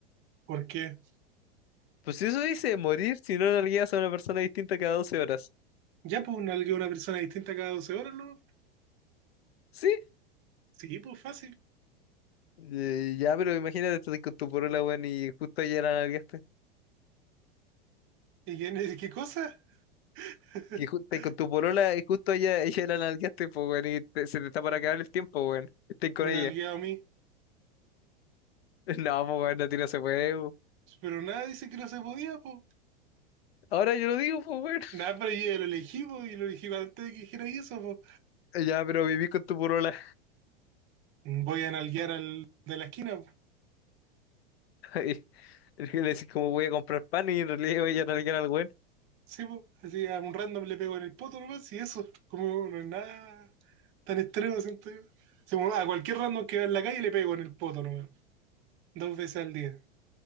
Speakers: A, on the right (about 40°); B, on the left (about 75°).
A: ¿Por qué?
B: Pues si eso dice, morir si no nalgueas a una persona distinta cada 12 horas.
A: Ya, pues, nalgueo a una persona distinta cada 12 horas, ¿no?
B: ¿Sí?
A: Sí, pues, fácil.
B: Eh, ya, pero imagínate, estás con tu porola, weón, y justo ayer la nalgueaste.
A: ¿Y quién es? ¿Qué cosa? <laughs>
B: Que ju- estás con tu porola y justo ella, ella <laughs> la nalgueaste, pues, weón, y te- se te está para acabar el tiempo, weón. Estás con
A: Me nalgueaba
B: ella.
A: a mí.
B: <laughs> No, pues, weón, a ti no se puede, weón.
A: Pero nada, dice que no se podía, pues.
B: Ahora yo lo digo, pues, weón. <laughs>
A: Nada, pero yo ya lo elegí, po, y lo elegí antes de que dijera eso, pues.
B: Ya, pero viví con tu porola.
A: Voy a nalguear al de la esquina, po.
B: <laughs> Y le decís como voy a comprar pan y en realidad voy a nalguear al weón.
A: Sí, po, así a un random le pego en el poto nomás y eso, como no es nada tan extremo, siento yo. Sí, bueno, a cualquier random que va en la calle le pego en el poto nomás, dos veces al día.